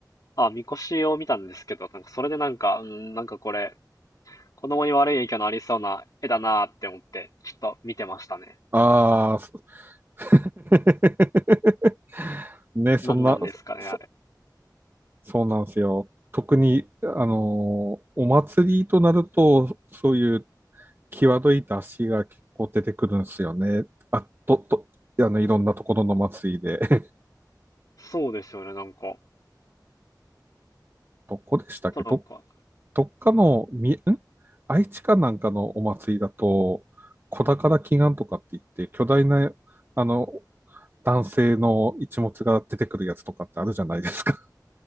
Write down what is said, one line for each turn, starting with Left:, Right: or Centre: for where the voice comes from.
Left: あ、みこしを見たんですけど、なんかそれでなんか、うん、なんかこれ、子供に悪い影響のありそうな絵だなーって思って、ちょっと見てましたね。
Right: ああ、そ <laughs> ね、そんな、
Left: なんなんですかね、
Right: そ、
Left: あれ。
Right: そうなんですよ。特に、あのーお祭りとなると、そういう際どい出しが結構出てくるんですよね。あ、と、と、あの、いろんなところの祭りで。<laughs>
Left: そうですよね、なんか。
Right: どこでしたっけど、
Left: あとなんか、
Right: どっかの、み、ん愛知かなんかのお祭りだと、小宝祈願とかって言って、巨大な、あの、男性の一物が出てくるやつとかってあるじゃないですか。